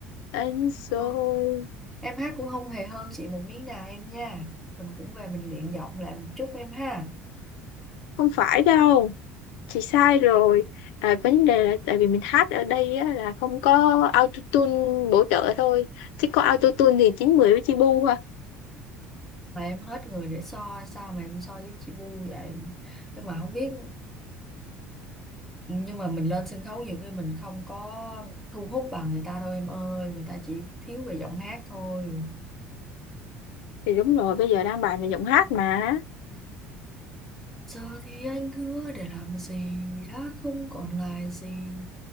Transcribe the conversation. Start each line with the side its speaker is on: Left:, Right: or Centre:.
Left: anh rồi
Centre: rồi Em hát cũng không hề hơn chị một miếng nào em nha. Mình cũng về mình luyện giọng lại một chút em ha.
Left: không phải đâu chị sai rồi à, vấn đề là tại vì mình hát ở đây á, là không có autotune bổ trợ thôi chứ có autotune thì chín mười với chi bu ha
Centre: mà em hết người để so sao mà em so với chị Bu vậy nhưng mà không biết nhưng mà mình lên sân khấu nhiều khi mình không có thu hút bằng người ta đâu em ơi người ta chỉ thiếu về giọng hát thôi
Left: thì đúng rồi bây giờ đang bài về giọng hát mà
Centre: giờ thì anh hứa để làm gì đã không còn lại gì